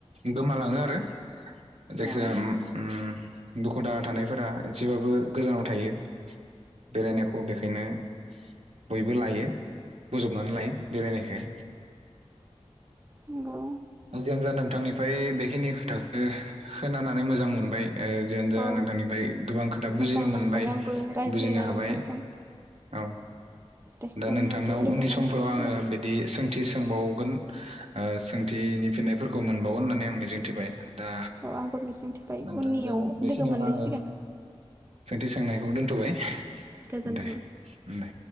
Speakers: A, on the right; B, on the right.
A: गोमालाङो आरो जायखिया
B: औ
A: ओ ओम दुखु दाहा थानायफोरा एसेबाबो गोजानाव थायो बेरायनायखौ बेखायनो बयबो लायो बोजबनानै लायो बेरायनायखो
B: नोंगौ
A: जियानोजा नोंथांनिफ्राय बेखिनि खोथाखो खोनानानै मोजां मोनबाय ओ जियानो जा
B: औ
A: नोंथांनिफ्राय गोबां खोथा बुजिनो
B: मोजां
A: मोनबाय
B: नांबाय आंबो रायज्लायना
A: बुजिनो हाबाय
B: नोंथांजों
A: औ
B: दे
A: दा
B: उननि
A: नोंथांनाव
B: आयदायाव लोगो
A: उननि
B: मोनफिनसिगोन
A: समफोराव आङो बिदि सोंथि सोंबावगोन ओ सों थिनि फिननायफोरखौ मोनबावोन होननानै आं मिजिंथिबाय दा
B: औ आंबो मिजिं थिबाय
A: नोंथांजों
B: उननियाव
A: बेखिनियावनो
B: लोगो मोनलायसिगोन
A: आङो सोंथि सोंनायखौ दोन्थ'बाय
B: गोजोन्थों
A: दे दे